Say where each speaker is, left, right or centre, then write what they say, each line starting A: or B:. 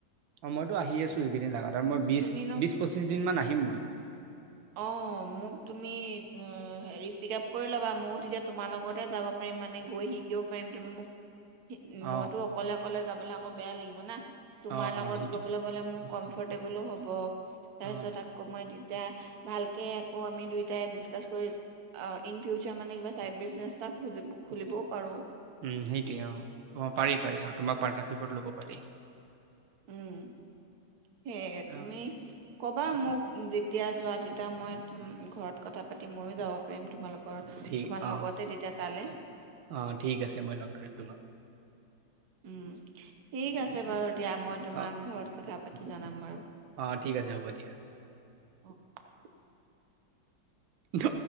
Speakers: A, on the right (about 85°); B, on the right (about 60°).
A: অ মইতো আহি আছো এইকেইদিন লগাগাত আৰু মই বিশ
B: তুমি
A: বিশ পঁচিশ দিন মান আহিম মই
B: অ মোক তুমি হেৰি পিক আপ কৰি ল'বা ময়ো তেতিয়া তোমাৰ লগতে যাব পাৰিম মানে গৈ শিকিব পাৰিম তুমি মোক
A: অ',
B: মইতো অকলে অকলে যাবলৈ আকৌ বেয়া লাগিব না তোমাৰ
A: অ',
B: লগত
A: অ', সেইটোৱে
B: গবলৈ গলে মোক কম ফৰ্টেবলো হ'ব তাৰপিছত
A: অ',
B: আকৌ মই <unintelligible> এতিয়া ভালকে আকৌ আমি দুয়োটাই ডিচকাচ কৰি ইন ফিউচাৰ মানে কিবা ছাইড বিজনেছ এটা খুজিব খুলিবও পাৰোঁ <unintelligible>
A: উ সেইটোৱে অ অ পাৰি পাৰি অ তোমাৰ পাৰ্টনাৰশ্বিপত লব পাৰি।
B: উম সে তুমি
A: অ',
B: ক'বা মোক যেতিয়া যোৱা তেতিয়া মই ঘৰত কথা পাতি ময়ো যাব পাৰিম তোমালোকৰ
A: ঠিক
B: তোমাৰ লগতে
A: অ',
B: তেতিয়া তালে
A: অ', ঠিক আছে মই লগ ধৰিম তোমাক
B: উম ঠিক আছে আছে বাৰু দিয়া মই তোমাক
A: অ',
B: ঘৰত কথা পাতি জনাম বাৰু
A: অ', ঠিক আছে হ'ব দিয়া।
B: উ
A: ধ